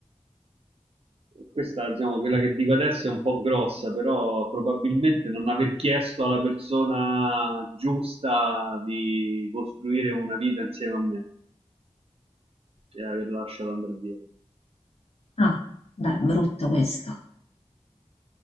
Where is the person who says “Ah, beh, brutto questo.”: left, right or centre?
Left